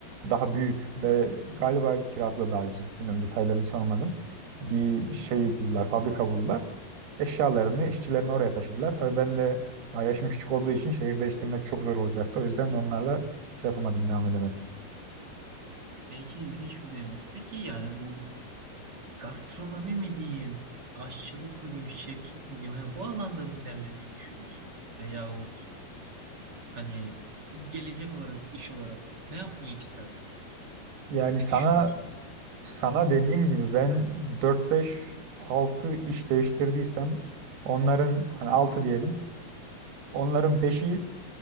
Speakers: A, on the right; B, on the right.
A: daha büyük ve galiba kirası da daha ucuzdu. Bilmiyorum detaylarını sormadım. Bir şey buldular, fabrika buldular. Eşyalarını, işçilerini oraya taşıdılar. Tabii ben de daha yaşım küçük olduğu için şehir değiştirmek çok zor olacaktı. O yüzden onlarla şey yapamadım, devam edemedim.
B: Senin için ilginç bir deneyim olmuş. Peki yani bu gastronomi mi diyeyim, aşçılık mı diyeyim, şeflik mi diyeyim, hani bu alanda mı ilerlemeyi düşünürsün? Veyahut hani gelecek olarak, iş olarak ne yapmayı istersin?
A: Yani
B: Ne
A: sana
B: düşünürsün?
A: sana dediğim gibi ben dört beş altı iş değiştirdiysem onların hani 6 diyelim. Onların beşi